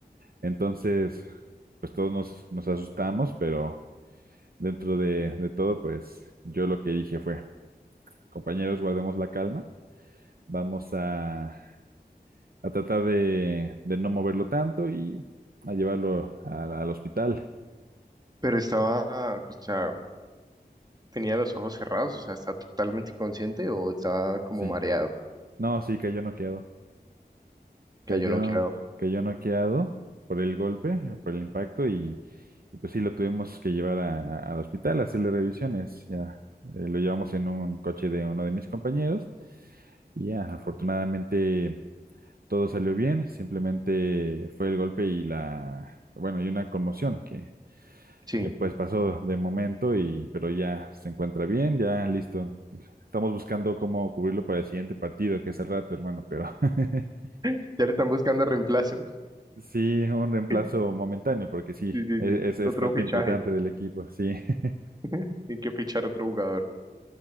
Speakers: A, on the right; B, on the right.
A: Entonces, pues todos nos, nos asustamos, pero dentro de, de todo, pues yo lo que dije fue, compañeros, guardemos la calma, vamos a, a tratar de, de no moverlo tanto y a llevarlo al, al hospital.
B: pero estaba, o sea, tenía los ojos cerrados, o sea, está totalmente consciente o está como
A: Sí,
B: mareado,
A: no, sí, cayó noqueado. cayó,
B: que yo no quedo.
A: cayó noqueado por el golpe, por el impacto, y, y pues sí, lo tuvimos que llevar a- al hospital a hacerle revisiones. Ya, eh, lo llevamos en un coche de uno de mis compañeros, y ya, afortunadamente todo salió bien, simplemente fue el golpe y la, bueno, y una conmoción que,
B: Sí,
A: que pues pasó de momento, y, pero ya se encuentra bien, ya listo. Estamos buscando cómo cubrirlo para el siguiente partido, que es el rato, hermano, pero <laughs>
B: <laughs> ya le están buscando reemplazo.
A: Sí, un reemplazo
B: <laughs>
A: momentáneo, porque sí,
B: Sí, sí,
A: e-
B: sí,
A: es, es
B: otro
A: parte
B: fichaje,
A: importante del equipo, sí. <laughs>
B: <laughs> hay que fichar otro jugador.